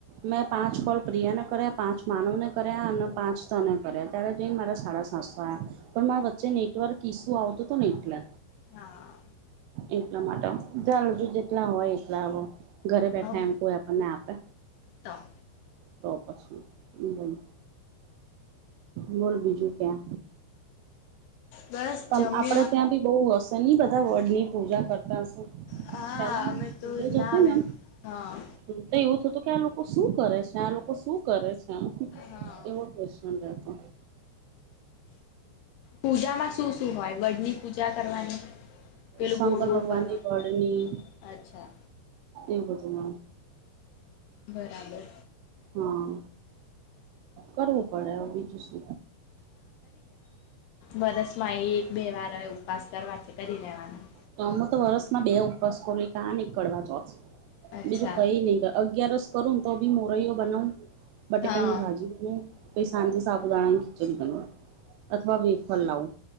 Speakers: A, on the right; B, on the left.
A: મેં પાંચ કોલ પ્રિયાને કર્યા પાંચ માનવને કર્યા અને પાંચ કરે ત્યારે જઈને મારા સાડા સાતસો પણ મારા વચ્ચે નેટવર્ક ઇસ્યૂ આવતું તું ને એટલે
B: હા
A: એટલા માટે ચાલ જો જેટલા હોય એટલા હવે ઘરે બેઠા
B: હવ
A: એમ કોઈ આપણને આપે?
B: તો
A: તો પછી એજ બેલ બીજું કાય
B: બસ
A: ત
B: જમ્યું
A: આપડે ત્યાં બી બઉ હશે ની બધા વડ ની પૂજા કરતા હશે
B: હા
A: પેલા હું
B: અમે
A: સ્કુલે
B: તો
A: જતીને
B: ના અમે હા
A: હ તો એવું થતું કે આ લોકો શું કરે છે આ લોકો શું કરે છે હ
B: હા
A: એવો ક્વેશચન રેતો
B: પૂજામાં શું શું હોય વડની પૂજા કરવાની પેલું
A: શંકર
B: ગોળ ગોળ
A: ભગવાનની
B: ફરવાનું
A: વળણી
B: હોય અચ્છા
A: એવું બધું
B: બરાબર
A: હા કરવું પડે હવે બીજું સુ
B: વરસ માં એ એક બે વાર ઉપવાસ કરવા છે કરી દેવાના
A: તો અમે તો વરસમાં બે ઉપવાસ કર કા નીકળવા જા
B: અચ્છા
A: બીજું કઈ નહી અગિયારસ કરું ને તો બી મોરૈયો બનાવુ બટેકા
B: હા
A: ની ભાજી બનાવુ પછી સાંજે સાબુદાણા ની બનવ અથવા બેફર લાવું